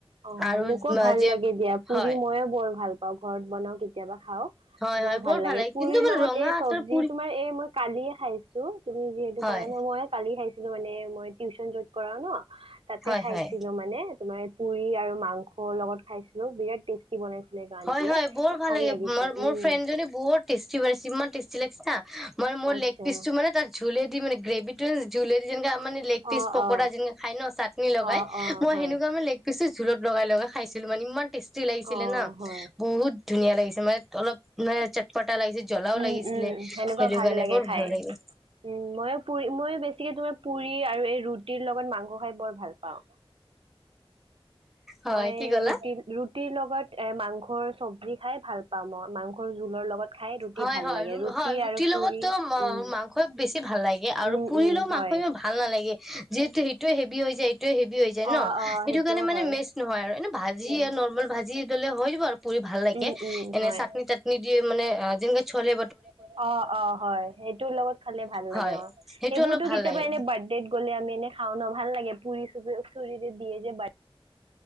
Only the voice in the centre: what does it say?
আৰু
যে
হয়
হয়
হয়
কিন্তু মানে
ৰঙা
আচাৰ
পুৰি
হয়
হয়
হয়
হয়, হয়, বৰ ভাল লাগে,
ম্‌ মোৰ
ফ্ৰেণ্ডজনী বহুত টেষ্টি, <unintelligible> ইমান টেষ্টি লাগে। <unintelligible> মাই মোৰ
লেগ পিচটো মানে, তাৰ ঝুলেদি মানে, গ্ৰেভিটো ঝুলেদি যেনেকা মানে লেগ পিচ
পকৰা
যেনেকে খাই ন, চাটনি লগাই,
মই
সেনেকুৱা মানে লেগ পিছো জোলত লগাই লগাই খাইছোঁ। মানে, ইমান টেষ্টি লাগিছিলে
ন,
বহুত ধুনীয়া লাগিছিল। মানে অলপ মানে চাট পটা লাগিছিল, জ্বলাও
লাগিছিলে,
সেইটো
কাৰণে
বৰ
ভাল লাগিলে।
হয়
কি ক'লা
হয়-হয়,
হয়, ৰুটিৰ
লগতো
মাংস বেছি ভাল লাগে আৰু
পুৰিলেও
মাংস
ভাল নালাগে, যিহেতু সেইটোৱে হেভি হৈ যায়। হেভি হৈ যায়
ন,
সেইটো
কাৰণে মানে
মেটচ নহয়, আৰু এনে ভাজি
আৰু নৰ্মেল ভাজি ল'লে হৈ যাব আৰু। পুৰি ভাল লাগে,
এনে
চাটনি-তাটনি দি, মানে যেনেকে চোলে
হয়
সেইটো
অলপ ভাল
লাগে